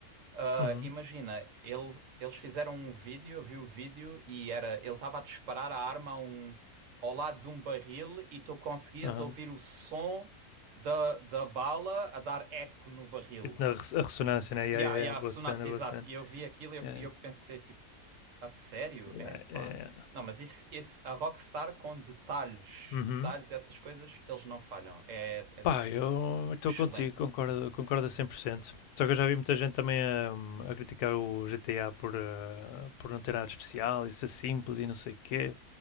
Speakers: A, on the right; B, on the left.
A: Ah,
B: uhum,
A: imagina, ele- eles fizeram um vídeo, eu vi o vídeo e era, ele estava a disparar a arma a um- ao lado de um barril e tu conseguias
B: aham.
A: ouvir o som da, da bala a dar eco no barril.
B: Tipo na res- a ressonância, né? Yeah,
A: E yeah,
B: yeah,
A: yeah,
B: yeah, boa
A: a ressonância,
B: cena, boa
A: exato.
B: cena.
A: E eu vi aquilo e eu,
B: Yeah,
A: e eu pensei, tipo, a sério?
B: yeah,
A: Epá.
B: yeah, yeah.
A: Não, mas isso, isso- a Rockstar com detalhes,
B: Uhum.
A: detalhes, essas coisas, eles não falham. É, é tipo,
B: Pá, eu estou
A: excelente.
B: contigo, concordo, concordo a cem por cento Só que eu já vi muita gente também hum, a, criticar o GTA por, eh, por não ter nada de especial e ser simples e não sei o quê.